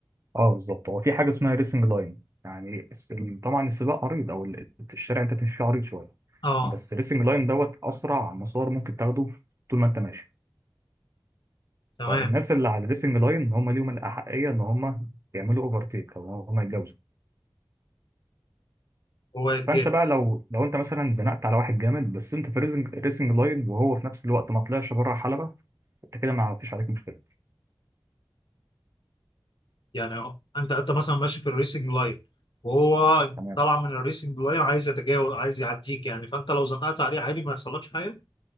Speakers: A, on the right; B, on the left.
A: اه بالظبط هو في حاجه اسمها ريسنج لاين يعني الس- ال- طبعا السباق عريض او ال- الشارع انت بتمشي فيه عريض شويه
B: اه
A: بس الريسنج لاين دوت اسرع مسار ممكن تاخده طول ما انت ماشي
B: تمام
A: فالناس اللي على الريسنج لاين هم ليهم الاحقيه ان هم يعملوا اوفرتيك او هم يتجاوزوا
B: هو يتجاهل
A: فانت بقى لو لو انت مثلا زنقت على واحد جامد بس انت في ريسنج ريسنج لاين وهو في نفس الوقت ما طلعش بره حلبة انت كده ما فيش عليك مشكله
B: يعني اه انت انت مثلا ماشي في الريسنج لاين وهو
A: تمام
B: طالع من الريسنج لاين عايز يتجاوز عايز يعديك يعني فانت لو زنقت عليه عادي ما يحصلكش حاجه